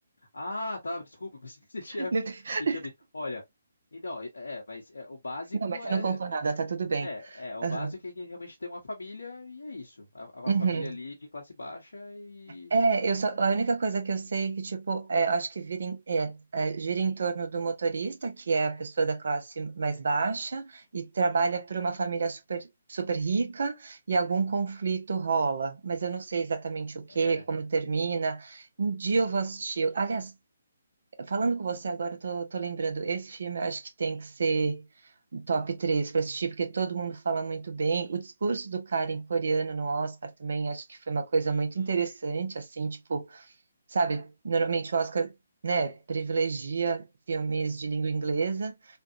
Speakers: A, on the left (about 70°); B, on the right (about 70°).
A: Ah, tá, desculpa, <laughs> pensei que você tinha,
B: <laughs>
A: você tinha visto. Olha, então, é, é, mas é, o básico
B: Não, mas você
A: é,
B: não contou nada,
A: é,
B: tá tudo bem.
A: é, é, o
B: Aham.
A: básico é que realmente tem uma família e é isso. A,
B: Uhum.
A: a família ali de classe baixa e.
B: É, eu só, a única coisa que eu sei é que, tipo, é, eu acho que vira em- é, é, gira em torno do motorista, que é a pessoa da classe mais baixa, e trabalha
A: Uhum,
B: para uma família super, super rica, e algum
A: uhum.
B: conflito rola. Mas eu não sei exatamente o que,
A: É,
B: como termina. Um dia
A: Uhum,
B: eu vou assistir. Aliás, Falando com você agora, eu tô, tô lembrando, esse filme eu acho que tem que ser top 3 para assistir, porque todo mundo fala muito bem. O discurso do cara em coreano no Oscar também acho que foi uma coisa
A: uhum.
B: muito interessante, assim, tipo, sabe, normalmente o Oscar, né, privilegia filmes de língua inglesa.